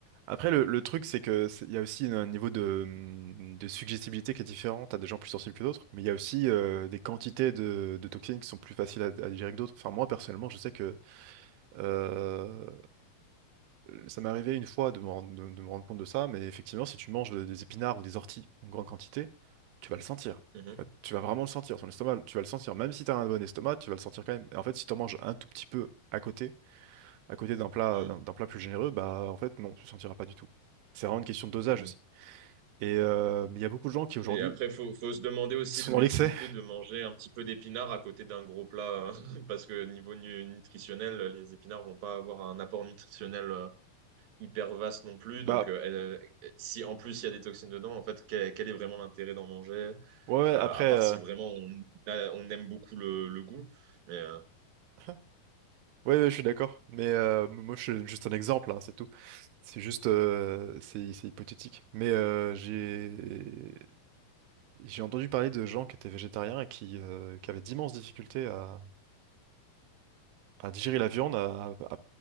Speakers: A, on the right; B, on the right.
A: Après, le, le truc, c'est que c'est- il y a aussi un niveau de, hum, de suggestibilité qui est différent. T'as des gens plus sensibles que d'autres, mais il y a aussi euh, des quantités de, de toxines qui sont plus faciles à, à digérer que d'autres. Enfin, moi, personnellement, je sais que euh, ça m'est arrivé une fois de me, rendre- de, de me rendre compte de ça, mais effectivement, si tu manges des épinards ou des orties en grande quantité, tu vas le sentir.
B: Mhm.
A: Tu vas, tu vas vraiment le sentir, ton estomac, tu vas le sentir. Même si t'as un bon estomac, tu vas le sentir quand même. Et en fait, si t'en manges un tout petit peu à côté, à côté d'un plat,
B: Mhm.
A: d'un d'un plat plus généreux, bah en fait non, tu ne sentiras pas du tout. C'est vraiment une question de dosage
B: Mhm.
A: aussi. Et euh, mais il y a beaucoup de gens qui aujourd'hui
B: Oui, Et après, faut, faut se demander aussi
A: sont
B: de l'utilité
A: dans l'excès.
B: de manger un petit peu d'épinards à côté d'un gros plat, euh, <laughs> parce que niveau nu- nutritionnel, les épinards vont pas avoir un apport nutritionnel euh, hyper vaste non plus.
A: Bah
B: Donc, euh, elle- euh, si en plus il y a des toxines dedans, en fait, quel, quel est vraiment l'intérêt d'en manger?
A: ouais, ouais,
B: Euh,
A: après,
B: à part
A: euh,
B: si vraiment on, a- on aime beaucoup le, le goût. Mais euh,
A: <laughs> ouais, ouais, je suis d'accord. Mais euh, moi, je suis juste un exemple, hein, c'est tout. C'est juste, euh, c'est c'est hypothétique. Mais euh, j'ai j'ai entendu parler de gens qui étaient végétariens et qui, euh, qui avaient d'immenses difficultés à, à digérer la viande à- à-